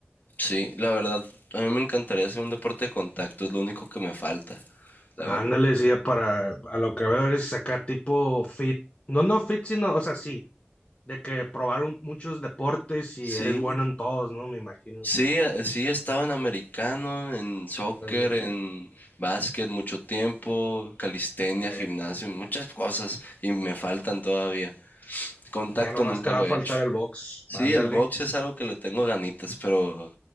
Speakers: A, on the left; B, on the left.
A: Sí, la verdad, a mí me encantaría hacer un deporte de contacto, es lo único que me falta, la
B: Ándale,
A: verdad.
B: sí, para, a lo que veo es sacar tipo fit, no, no fit, sino, o sea, sí, de que probaron muchos deportes y
A: Sí,
B: eres bueno en todos, ¿no? Me imagino.
A: sí, eh, sí, he estado en americano, en soccer,
B: Ándale.
A: en básquet mucho tiempo, calistenia,
B: Eh,
A: gimnasio, muchas cosas y me faltan todavía. Contacto
B: ya nomás
A: nunca
B: te
A: lo
B: va a
A: he
B: faltar
A: hecho.
B: el box,
A: Sí,
B: ándale.
A: el box es algo que le tengo ganitas, pero